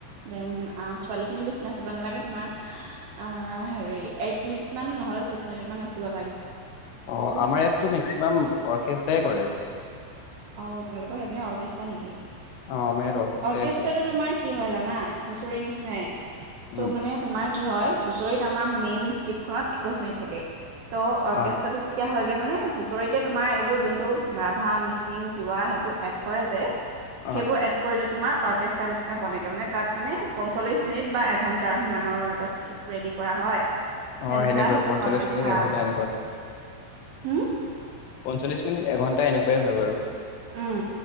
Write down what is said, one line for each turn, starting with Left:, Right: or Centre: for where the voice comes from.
Right: দেন ছোৱালীখিনি বেচি নাচিব নালাগে তোমাৰ অ হে এইট মিনিট মান নহলে ছিক্স মিনিট মান আছে পোৰা লাগে
Left: অ
Right: ঠিক
Left: আমাৰ
Right: আছে
Left: ইয়াতো মেক্সিমাম অৰ্কেষ্ট্ৰাই কৰে
Right: অ তোমালোকৰ সেইপিনে অৰ্কেষ্ট্ৰাৰ নে কি
Left: অ', আমাৰ ইয়াত অৰ্কেষ্ট্ৰাই
Right: অৰ্কেষ্ট্ৰাটো
Left: আছে মেক্সিমাম।
Right: তোমাৰ কি হয় জানা হুঁচৰি নিচিনাই ত'
Left: উম,
Right: মানে তোমাৰ কি হয় হুঁচৰিত আমাৰ মেইন স্কীপখনত একৈশ মিনিট থাকে ত অৰ্কেষ্ট্ৰটো
Left: অ',
Right: কেতিয়া হয়গে মানে হুচৰিতে তোমাৰ এইবোৰ যোনটো ৰাভা মিচিং তিৱা সেইবোৰ এই বোৰ এড কৰা যায়
Left: অ',
Right: সেইবোৰ এড কৰিলে তোমাৰ অৰ্কেষ্ট্ৰা নিচিনা বনগে মানে তাত মানে পঞ্চল্লিছ মিনিট বা এঘণ্টা সিমানৰ এটা স্কীপ ৰেডি কৰা হয়
Left: অঁ
Right: দেন
Left: এনেকুৱাই
Right: তাৰ সেইটো
Left: পঞ্চল্লিশ
Right: অৰ্কেষ্ট্ৰা
Left: মিনিট এঘন্টা এনেকুৱা হয়,
Right: হুম
Left: পঞ্চল্লিশ মিনিট এঘন্টা এনেুকোৱা হয় হয় বাৰু
Right: উম,